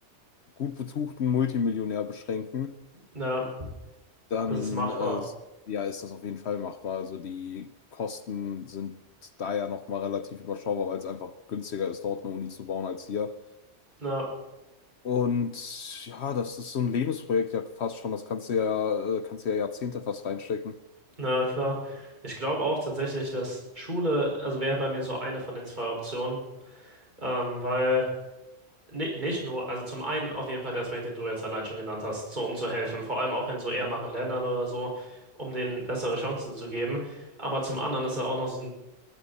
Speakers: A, on the left; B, on the right.
A: gut betuchten Multimillionär beschränken,
B: Ja,
A: dann
B: das ist machbar.
A: äh, ja, ist das auf jeden Fall machbar. Also die Kosten sind da ja nochmal relativ überschaubar, weil es einfach günstiger ist, dort eine Uni zu bauen als hier.
B: Ja.
A: Und ja, das ist so ein Lebensprojekt ja fast schon. Das kannst du ja, äh, kannst du ja Jahrzehnte fast reinstecken.
B: Na klar. Ich glaube auch tatsächlich, dass Schule, also wäre bei mir so eine von den zwei Optionen, ähm, weil ni- nicht nur, also zum einen auf jeden Fall der Aspekt, den du jetzt allein schon genannt hast, so um zu helfen, vor allem auch in so eher
A: Ja.
B: machen Ländern oder so, um denen bessere Chancen zu geben. Aber zum anderen ist da auch noch so ein,